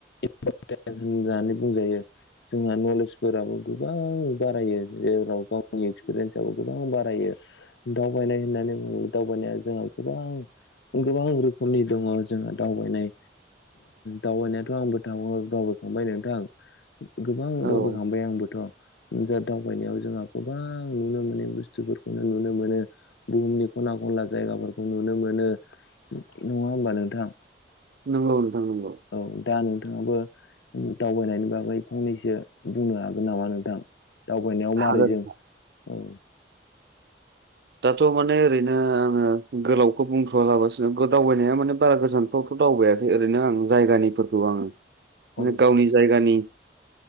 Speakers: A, on the left; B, on the right.
A: इम्परतेन होननानै बुंजायो। जोंहा नलेजफोराबो गोबां बारायो जेराव गावनि एक्सपिरियेन्साबबो गोबां बारायो। दावबायनाय होननानै बुङो दावबायनाया जोंहा गोबां गोबां रोखोमनि दङ जोंहा दावबायनाय दावबायनायाथ' आंबो थाङो दावबायखांबाय नोंथां। गोबां
B: औ
A: दावबायखांबाय आंबोथ'। जा दावबायनायाव जोंहा गोबां नुनो मोनै बुस्थुफोरखौनो नुनो मोनो बुहुमनि खना खन खनला जायगाफोरखौ नुनो मोनो नङा ओमबा नोंथां?
B: नंगौ नोंथां नंगौ।
A: औ दा नोंथाङाबो दावबायनायनि बागै फंनैसो बुंनो हागोन नामा नोंथां? दावबायनायाव मारै
B: हागोन
A: जों ओ
B: दाथ' माने ओरैनो आङो गोलावखौ बुंथ'वालाबसिनो दावबायनाया माने बारा गोजानथ' दावबायायाखै ओरैनो आं जायगानिफोरखौ आ माने
A: औ
B: गावनि जायगानि